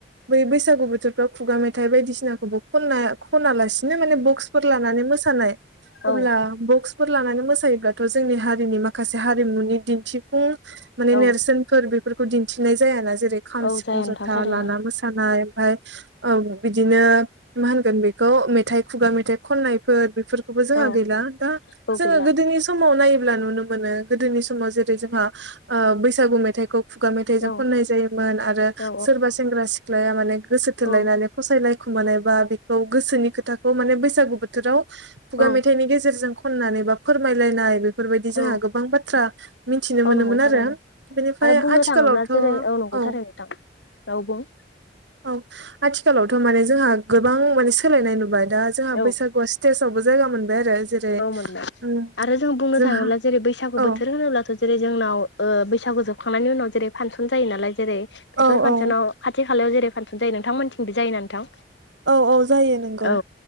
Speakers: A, on the right; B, on the left.
A: बै बैसागु बोथोरफ्राव खुगा मेथाइ बायदिसिनाखौबो खना खनालासि बिदिनो माने बक्सफोर लानानै मोसानाय
B: औ
A: अब्ला बक्स फोर लानानै मोसायोब्लाथ' जोंनि हारिनि माखासे हारिमुनि दिन्थिफुं माने
B: औ
A: नेरसोनफोर बेफोरखौ दिन्थिनाय जायाना जेरै खाम
B: औ
A: सिफुं
B: जाया नोंथां
A: जथा
B: थारैनो
A: लाना मोसानाय ओमफाय ओ बिदिनो मा होनगोन बेखौ मेथाइ खुगा मेथाइ खननायफोर बेफोरखौबो जोंहा
B: औ
A: गैला दा
B: औ
A: जोङो
B: गैला
A: गोदोनि समाव नायो <unintelligible> नुनो मोनो गोदोनि समाव जेरै जोंहा ओ बैसागु मेथाइखौ खुगा मेथाइजों
B: औ
A: खननाय जायोमोन आरो
B: औ
A: सोरबा सेंग्रा सिख्लाया माने गोसो थोलायनानै
B: औ
A: फसायलाय खोमानाय बा बेखौ गोसोनि खोथाखौ माने बैसागु बोथोराव खुगा
B: औ
A: मेथाइनि गेजेरजों खननानै बा फोरमायलायनाय बेफोरबायदि
B: औ
A: जोंहा गोबां बाथ्रा मिथिनो
B: औ
A: मोनोमोन
B: नंगौ थारैनो
A: आरो बेनिफ्राय
B: आरो बुंनो
A: आथिखालावथ'
B: थाङोब्ला जेरै <unintelligible> नोंथां
A: औ
B: औ बुं
A: औ आथिखालावथ' माने जोंहा गोबां माने सोलायनाय नुबाय दा जोंहा
B: औ
A: बैसागुआ स्टेज फ्रावबो जायगा मोनबाय आरो। जेरै
B: औ मोनबाय
A: उम
B: आरो जों बुंनो
A: जोंहा
B: थाङोब्ला जेरै बैसागु
A: औ
B: बोथोर होनोब्लाथ' जेरै जोंनाव ओ बैसागु जोबखांनायनि उनाव जेरै फांसन जायो नालाय जेरै बेफोर
A: औ
B: फांसनाव
A: औ
B: खाथि खालायाव जेरै फांसन जायो नोंथां मोननिथिंबो जायो ना नोंथां?
A: औ औ जायो नोंगौ
B: औ